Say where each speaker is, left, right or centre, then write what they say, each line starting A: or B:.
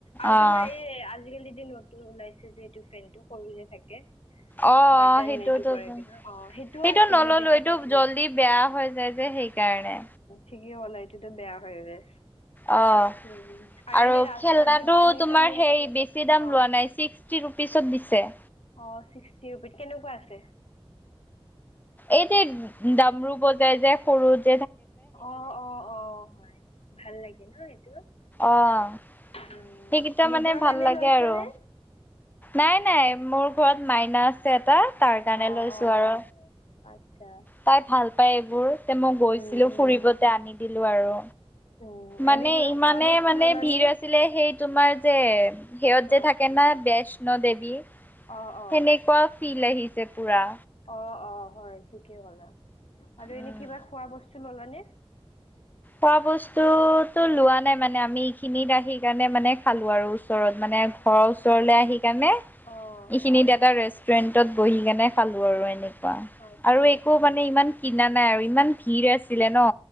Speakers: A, on the left (about 85°); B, on the left (about 20°).
A: আৰু
B: অ'।
A: তোমাৰ এই আজিকালি নতুন ওলাইছে যিহটো ফেনটো সৰু যে থাকে?
B: অ'-
A: বাটন
B: অ', সেইটোতো-সেইটো
A: এইটো কৰে কিনে অঁ সেইটোও আছিল
B: নললো,
A: মই দেখা
B: সেইটো
A: পাইছিলোঁ
B: জলদি বেয়া হৈ যায় যে সেইকাৰণে।
A: ঠিক কলা সেইটোতো বেয়া হৈ যায়।
B: অ',
A: উম
B: আৰু
A: এনেই ৰাস্তাত
B: খেলনাটো
A: যে পানী
B: তোমাৰ
A: চানী
B: সেই
A: আছিল
B: বেছি দাম
A: অঁ
B: লোৱা নাই, চিক্স টি ৰূপিচত দিছে।
A: অ', ছিক্সটি ৰূপিচ, কেনেকুৱা আছে?
B: এই যে দামৰো বজাই যোয় সৰুত
A: অ'-অ'-অ', হয়, ভাল লাগে ন এইটো?
B: অ',
A: উম
B: সেইকেইটা
A: নিজৰ
B: মানে ভাল
A: কাৰণে
B: লাগে
A: লৈছানে
B: আৰু। নাই-নাই, মোৰ ঘৰত মাইনা আছে এটা তাৰ কাৰণে
A: অঁ
B: লৈছো
A: অঁ
B: আৰু।
A: আচ্ছা
B: তাই ভাল পায় এইবোৰ, তে মই গৈছিলো
A: উম উম
B: ফুৰিবতে আনি দিলো আৰু।
A: উম,
B: মানে
A: এনে কিবা
B: ইমানে
A: খোৱা বস্তু
B: মানে
A: ললানে?
B: ভিৰ আছিলে সেই। তোমাৰ যে সেহত
A: অ'।
B: যে থাকে না বৈষ্ণ দেৱী।
A: অ', অ',
B: সেনেকুৱা ফিল আহিছে পুৰা
A: অ অ হয় ঠিকেই হ'লা আৰু এনে
B: উম।
A: কিবা খোৱা বস্তু ললানে
B: খোৱা বস্তুতো লোৱা নাই মানে আমি এইখিনিত সি কাৰণে মানে খালো আৰু ওচৰত মানে। মানে ঘৰৰ ওচৰলৈ আহি সেই কাৰণেই
A: অ',
B: এইখিনিত দটা ৰেষ্টুৰেন্টত বহি কেনে খালো আৰু এনেক
A: আচ্ছা
B: আৰু একো মানে ইমান কিনা নাই আৰু ইমান ভিৰ আছিলে ন